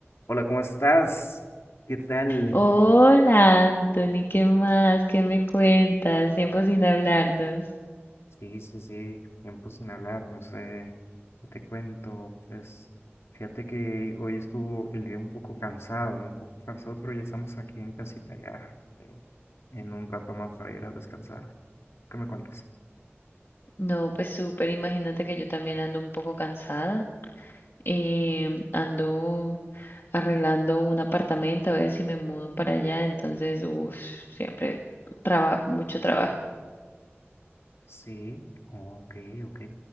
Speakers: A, on the left; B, on the left.
A: Hola, ¿cómo estás? ¿Qué tal?
B: Hola, Anthony, ¿qué más? ¿Qué me cuentas? Tiempo sin hablarnos.
A: Sí, sí, sí, tiempo sin hablar, no sé, ¿qué te cuento? Pues fíjate que hoy estuvo el día un poco cansado, un poco cansado, pero ya estamos aquí en casita ya, eh, en un rato más para ir a descansar. ¿Qué me cuentas?
B: No, pues súper, imagínate que yo también ando un poco cansada. Eh, ando arreglando un apartamento a ver si me mudo para allá, entonces, uff, siempre trabajo, mucho trabajo. <laughs>
A: Sí, ok, ok.